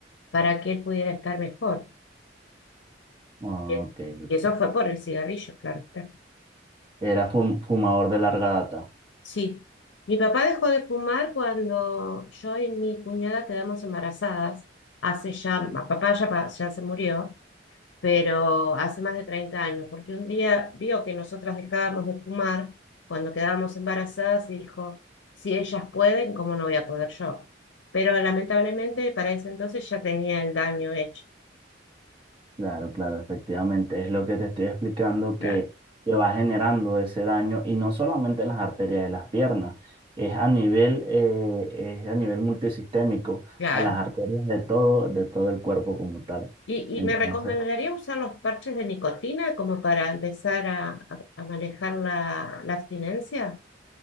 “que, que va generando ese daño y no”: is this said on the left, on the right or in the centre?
Right